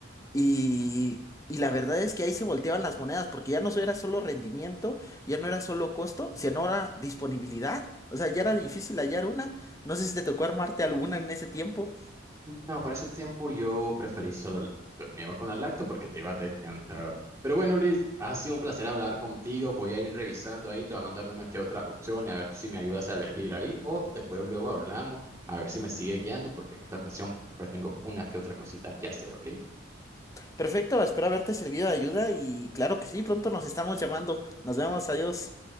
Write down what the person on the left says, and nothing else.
Y, y la verdad es que ahí se volteaban las monedas, porque ya no era solo rendimiento, ya no era solo costo, sino era disponibilidad. O sea, ya era difícil hallar una. No sé si te tocó armarte alguna en ese tiempo.
Perfecto, espero haberte servido de ayuda y claro que sí, pronto nos estamos llamando. Nos vemos, adiós.